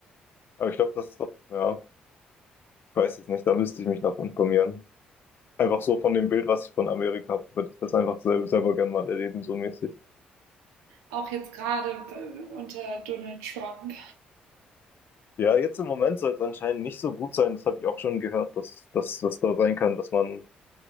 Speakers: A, on the left (about 55°); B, on the right (about 85°).
A: Aber ich glaube, das ist doch, ja, ich weiß es nicht, da müsste ich mich noch informieren. Einfach so von dem Bild, was ich von Amerika habe, würde ich das einfach selber, selber gerne mal erleben, so mäßig.
B: Auch jetzt gerade äh, unter Donald Trump.
A: Ja, jetzt im Moment soll es anscheinend nicht so gut sein. Das habe ich auch schon gehört, dass, dass das da sein kann, dass man,